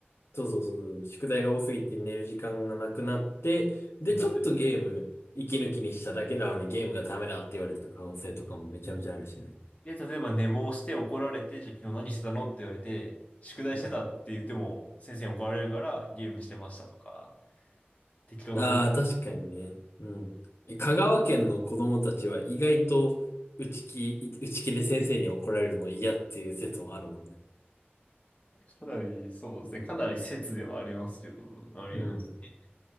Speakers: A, on the left; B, on the left.
A: そうそうそうそう。宿題が多すぎて寝る時間がなくなって、で、
B: 下手する
A: ちょっとゲーム、息抜きにしただけなのにゲームがダメだって言われてる可能性とかもめちゃめちゃあるしね。
B: で、例えば寝坊して怒られて、じゃあ昨日何してたのって言われて、宿題してたって言っても、
A: うん。
B: 先生に怒られるからゲームしてましたとか、適当なことね
A: ああ、確かにね。うん。え香川県の子供たちは意外と内気、い内気で先生に怒られるの嫌っていう説もあるもんね。
B: かなり、そうですね。
A: うん。
B: かなり説ではありますけど、ありえますね。
A: うん。